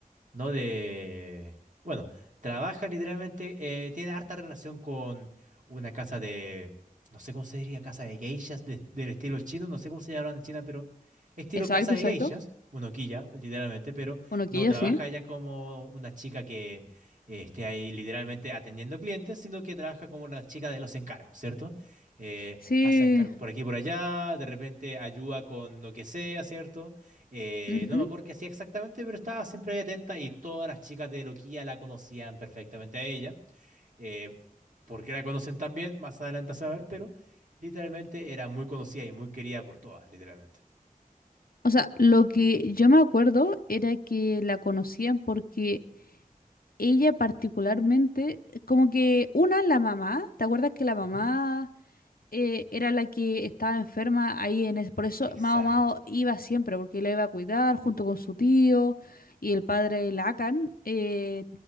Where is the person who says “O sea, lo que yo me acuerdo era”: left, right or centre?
Left